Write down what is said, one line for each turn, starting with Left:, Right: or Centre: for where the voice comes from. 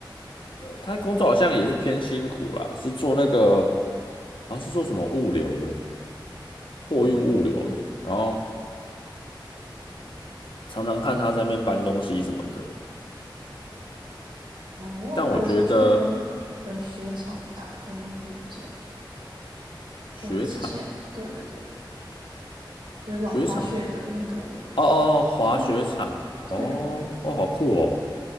Left: 他工作好像也是偏辛苦啦，是做那个，好像是做什么物流的，货运物流的，
Right: 哦，嗯
Left: 然后常常看他在那边搬东西什么的。
Right: 哦，我有朋友是去那边
Left: 但我觉得
Right: 的雪场打工度假，
Left: 雪场，
Right: 就之前对对对，就是那种滑雪的那个是，
Left: 雪场，哦哦哦，滑雪场，
Right: 对
Left: 哦哦，
Right: 对，
Left: 好酷哦，